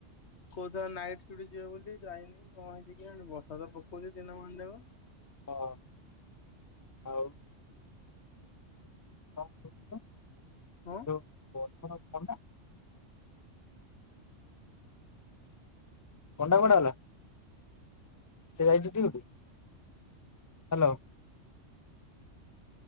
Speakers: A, on the left; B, on the left.
A: କୋଉ ଥିଲା ନାଇଟ୍ଟ ସିଫ୍ଟି ଯିବ ବୋଲି ଯାଇନି କଣ ହେଇଛି କେଜାଣି ବର୍ଷା ତ ପକଉଛି ଦିନମାନ ଯାକ।
B: ହଁ ଆଉ <unintelligible>
A: ହଁ।
B: ବର୍ଷାର ଥଣ୍ଡା ପଣ୍ଡା କୁଆଡେ ଗଲା। ସେ ଯାଇଛି ଡ୍ୟୁଟି ହ୍ୟାଲୋ।